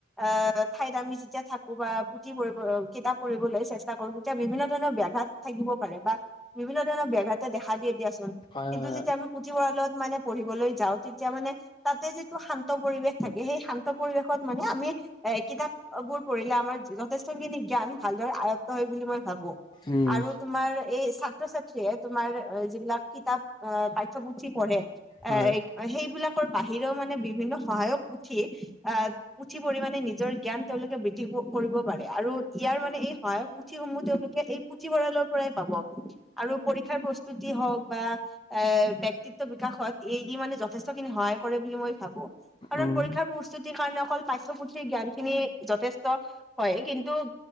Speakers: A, in the centre; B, on the left.
A: অ ঠাইত আমি যেতিয়া থাকো বা পুথি পৰিব কিতাপ পঢ়িবলৈ চেষ্টা কৰো তেতিয়া বিভিন্ন ধৰণৰ ব্যাঘাত থাকিব পাৰে বা বিভিন্ন ধৰণৰ ব্যাঘাতো <unintelligible> দিয়ে দিয়াচোন
B: হয়
A: কিন্তু
B: হয় হয় হয়
A: যেতিয়া আমি পুথিভঁৰালত মানে পঢ়িবলৈ যাওঁ তেতিয়া মানে তাতে যিটো শান্ত পৰিৱেশ থাকে সেই শান্ত পৰিৱেশত মানে আমি। এ কিতাপ বোৰ পঢ়িলে আমাৰ যথেষ্টখিনি জ্ঞান ভালদৰে আয়ত্ত হয় বুলি মই ভাবো
B: উম
A: আৰু তোমাৰ এই ছাত্ৰ ছাত্ৰীয়ে তোমাৰ যিবিলাক কিতাপ পাঠ্যপুথি পঢ়ে
B: হয়
A: এ সেইবিলাক বাহিৰেও মানে বিভিন্ন সহায়ত উঠি আহ উঠি পৰি মে নিজৰ জ্ঞান তেওঁলোকে বৃদ্ধি কৰিব পাৰে আৰু ইয়াৰ মানে এই সহায়ক পুথিসমূহ তেওঁলোকে এই পুথিভঁৰালৰ পৰাই পাব। আৰু পৰীক্ষাৰ প্ৰস্তুতি হওক বা এ ব্যক্তিত্ব বিকাশত এই দি মানে যথেষ্টখিনি সহায় কৰে বুলি মই কাৰণ
B: উম
A: পৰীক্ষাৰ প্ৰস্তুতিৰ কাৰণে অকল পাঠ্য পুথিৰ জ্ঞান খিনি যথেষ্ট হয় কিন্তু